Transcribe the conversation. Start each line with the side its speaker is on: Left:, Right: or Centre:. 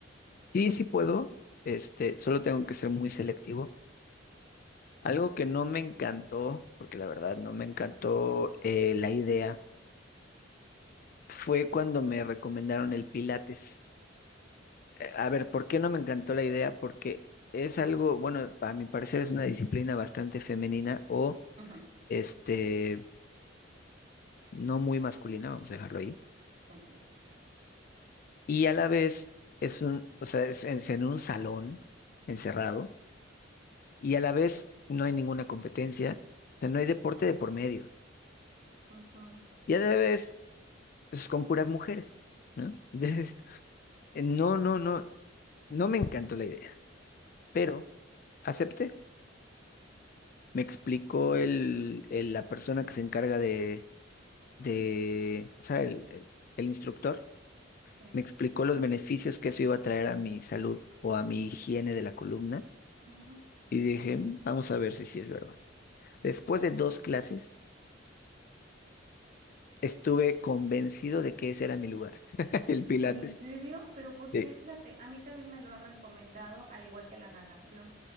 Left: Sí, sí puedo, este, solo tengo que ser muy selectivo Algo que no me encantó, porque la verdad no me encantó eh, la idea, fue cuando me recomendaron el Pilates. Eh, a ver, ¿por qué no me encantó la idea? Porque es algo, bueno, a mi parecer es una disciplina bastante femenina o
Right: Ujú,
Left: este, no muy masculina, vamos a dejarlo ahí.
Right: ok.
Left: Y a la vez es un, o sea, es en es en un salón encerrado y a la vez no hay ninguna competencia, o sea, no hay deporte de por medio.
Right: Ujú,
Left: Y a la vez, pues con puras mujeres. ¿no? <laughs> Eh, No, no, no, no me encantó la idea, pero acepté. Me explicó el, el- la persona que se encarga de, de, o sea, el, el- el instructor,
Right: sí.
Left: me explicó los beneficios que eso iba a traer a mi salud o a mi higiene de la columna
Right: Ajá.
Left: y dije, "Mm, vamos a ver si sí es verdad. Después de dos clases, estuve convencido de que ese era mi lugar, <laughs> el Pilates.
Right: ¿En serio? Pero porque,
Left: Sí.
Right: fíjate, a mí también me lo han recomendado, al igual que la natación,